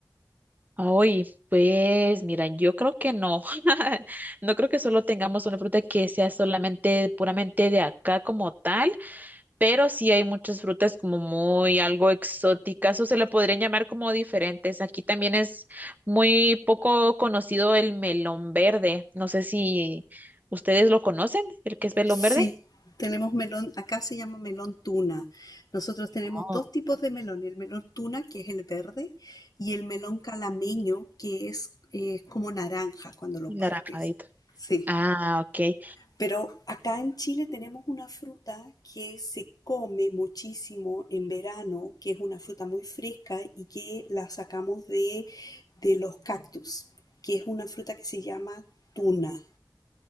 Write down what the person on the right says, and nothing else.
Ay, pues mira, yo creo que no. <laughs> No creo que solo tengamos una fruta que sea solamente puramente de acá como tal, pero sí hay muchas frutas como muy algo exóticas o se le podrían llamar como diferentes. Aquí también es muy poco conocido el melón verde. No sé si ustedes lo conocen, el que es melón
verde.
Oh.
Naranjadito.
Ah, ok.